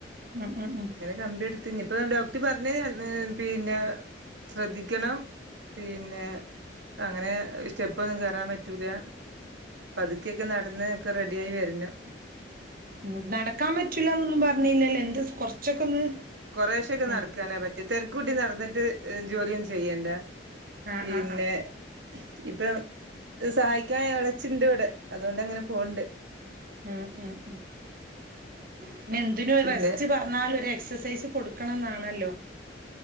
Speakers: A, on the right; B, on the right.
A: ഉം ഉം ഉം
B: കമ്പി എടുത്ത് ഇനിയിപ്പ ഡോക്ടർ പറഞ്ഞ് <unintelligible> പിന്നാ ശ്രദ്ധിക്കണം പിന്നെ അങ്ങനെ സ്റ്റെപ്പൊന്നും കേറാൻ പറ്റൂലാ പതുക്കെയൊക്കെ നടന്ന് ഒക്കെ റെഡിയായി വെരണം
A: ഉം നടക്കാൻ പറ്റൂലാന്നൊന്നും പറഞ്ഞില്ലല്ലേ എന്ത് കൊറച്ചൊക്കെ ഒന്ന്
B: കൊറേശെയൊക്കെ
A: ഉം
B: നടക്കാനേ പറ്റിയെ തെരക്കൂട്ടി നടന്നിട്ട് ഏഹ് ജോലിയൊന്നും ചെയ്യണ്ടാ
A: ആഹ്
B: പിന്നെ
A: ആഹ് ആഹ്
B: ഇപ്പം സഹായി ക്കാൻ എളേച്ചിണ്ട് ഇവിടെ അതുകൊണ്ട് അങ്ങനെ പോണ്ട്
A: ഉം ഉം ഉം പിന്നെ എന്തിനും ഒര്
B: പിന്നെ
A: റെസ്റ്റ് പർ ഞ്ഞാലൊരു എക്സസൈസ് കൊടുക്കണന്നാണല്ലോ